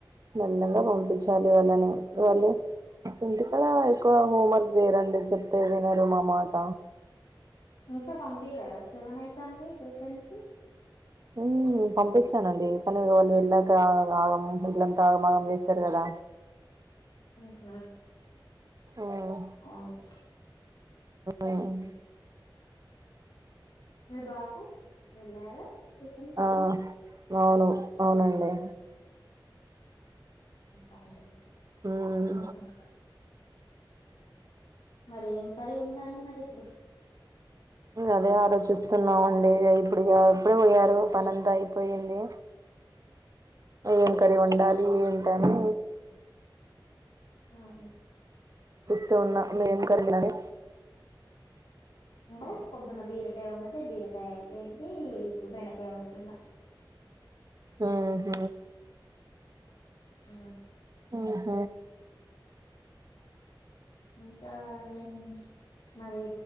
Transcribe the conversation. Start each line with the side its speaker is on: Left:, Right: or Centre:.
Right: మెల్లగా పంపించాలి వాళ్ళని వాళ్ళు ఇంటికాడ ఎక్కువ హోమ్వర్క్ చేయరండి చెప్తే వినరు మా మాట
Left: ఇంకా పంపిలేదా సెవెన్ అయితంది ట్యూషన్ కి
Right: మ్మ్ పంపించానండి కానీ వాళ్ళు వెళ్ళాక ఆగం మిగిలంతా ఆగమాగం చేశారు కదా
Left: ఊన
Right: మ్మ్
Left: అవునండి
Right: మ్మ్
Left: ఓకె మీ బాబు వెళ్ళారా ట్యూషన్ కి
Right: ఆ అవును. అవునండి
Left: అవునా
Right: మ్మ్
Left: మరి ఏం కర్రీ వండాలె మరి ఇప్పుడు
Right: అదే ఆలోచిస్తున్నామండి ఇప్పుడిగా ఇప్పుడే పోయారు పనంతా అయిపోయింది ఏం కర్రీ వండాలి ఏంటని
Left: ఆహ
Right: స్తు ఉన్నా ఏం కర్రీ అని
Left: నువు పొద్దున్న బీరకాయ వండతే బీరకాయ అయిపోయింది ఇప్పుడు బెండకాయ వండుతున్న
Right: మ్ హ్
Left: మ్
Right: మ్ హ్
Left: ఇంకా ఏం మరి